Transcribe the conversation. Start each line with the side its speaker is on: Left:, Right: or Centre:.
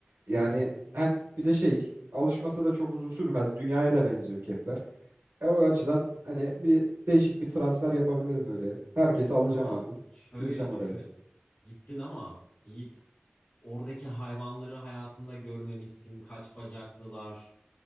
Right: Yani
Left: <laughs>
Right: hem bir de şey alışması da çok uzun <laughs> sürmez. Dünyaya da benziyor Kepler. E, o açıdan hani bir değişik bir transfer yapabilirim öyle. Herkesi alacağım
Left: Ama
Right: abi.
Left: şöyle
Right: Gideceğim oraya.
Left: düşün. Gittin ama Yiğit oradaki hayvanları hayatında görmemişsin. Kaç bacaklılar,